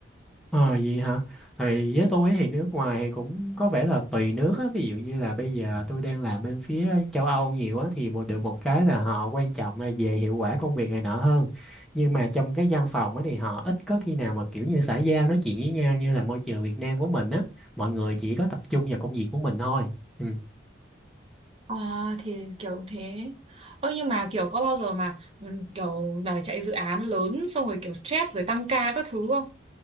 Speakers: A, in the centre; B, on the right.
A: Ờ vậy hả? Thì với tôi thì nước ngoài thì cũng có vẻ là tùy nước á, ví dụ như là bây giờ tôi đang làm bên phía châu Âu nhiều á thì một được một cái là họ quan trọng là về hiệu quả công việc này nọ hơn. Nhưng mà trong cái văn phòng á thì họ ít có khi nào mà kiểu như xã giao nói chuyện với nhau như là môi trường Việt Nam của mình á, mọi người chỉ có tập trung vào công việc của mình thôi. Ừ.
B: Ờ thì kiểu thế ơ nhưng mà kiểu có bao giờ mà ừ, kiểu mà chạy dự án lớn xong rồi kiểu stress rồi tăng ca các thứ không